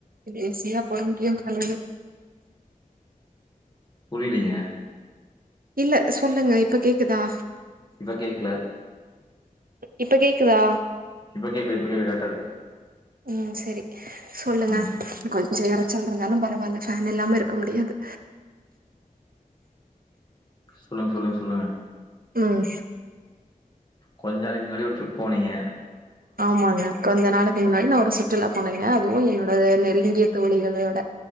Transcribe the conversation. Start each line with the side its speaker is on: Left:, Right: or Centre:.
Right: ஏசியா போடமுடியு காலைல
Left: புரிலைங்க
Right: இல்ல சொல்லுங்க இப்ப கேக்குதா
Left: இப்ப கேக்லே
Right: இப்ப கேக்குதா
Left: இப்ப கேக்குது இப்ப கேக்கு கரெட்டா இருக்கு
Right: ம் செரி சொல்லுங்க
Left: ம்
Right: கொஞ்சொ எரச்சல்ருந்தாலு பரவால்ல ஃபேன் இல்லாம இருக்க முடியாது
Left: சொல்லுங் சொல்லுங் சொல்லுங்க
Right: ம்
Left: கொஞ் நாளைக் முன்னாடி ஒரு ட்ரிப் போனிங்க
Right: ஆமாங்க கொஞ்சொ நடக் கி முன்னாடி நா ஒரு சுற்றுலா போனேங்க அதுவு என்னோட நெருங்கிய தோழிகளோட